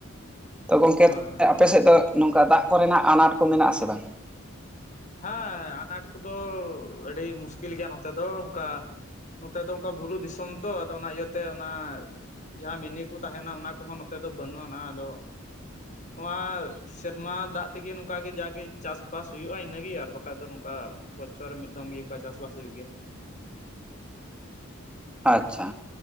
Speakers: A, in the centre; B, on the left.
A: ᱛᱚ ᱜᱚᱢᱠᱮ
B: ᱦᱳᱭ ᱦᱳᱭ
A: ᱟᱯᱮ ᱥᱮᱫ ᱫᱚ ᱱᱚᱝᱠᱟ ᱫᱟᱜ ᱠᱚᱨᱮᱱᱟᱜ ᱟᱱᱟᱴ ᱠᱚ ᱢᱮᱱᱟᱜ ᱟᱥᱮ ᱵᱟᱝ?
B: ᱦᱮᱸ ᱟᱱᱟᱴ ᱠᱚᱫᱚ ᱟᱹᱰᱤ ᱢᱩᱥᱠᱤᱞ ᱜᱮᱭᱟ ᱱᱚᱛᱮ ᱫᱚ ᱚᱱᱠᱟ ᱱᱚᱛᱮ ᱫᱚ ᱚᱱᱠᱟ ᱵᱩᱨᱩ ᱫᱤᱥᱚᱢ ᱛᱚ᱾ ᱟᱫᱚ ᱚᱱᱟ ᱤᱭᱟᱹᱛᱮ ᱚᱱᱟ ᱡᱟᱦᱟᱸ ᱢᱤᱱᱤ ᱠᱚ ᱛᱟᱦᱮᱱᱟ, ᱚᱱᱟ ᱠᱚᱦᱚᱸ ᱱᱚᱛᱮ ᱫᱚ ᱵᱟᱹᱱᱩᱜ ᱟᱱᱟ᱾ ᱟᱫᱚ ᱱᱚᱣᱟ ᱥᱮᱨᱢᱟ ᱫᱟᱜ ᱛᱮᱜᱮ ᱱᱚᱝᱠᱟ ᱜᱮ ᱡᱟᱜᱮ ᱪᱟᱥᱵᱟᱥ ᱦᱩᱭᱩᱜᱼᱟ, ᱤᱱᱟᱹ ᱜᱮ᱾ ᱟᱨ ᱵᱟᱠᱟᱡ ᱫᱚ ᱱᱚᱝᱠᱟ ᱵᱚᱪᱷᱚᱨ ᱨᱮ ᱢᱤᱫ ᱫᱚᱢ ᱜᱮ ᱱᱚᱠᱟ ᱪᱟᱥᱵᱟᱥ ᱦᱩᱭᱩᱜ ᱜᱮᱭᱟ᱾
A: ᱟᱪᱪᱷᱟ,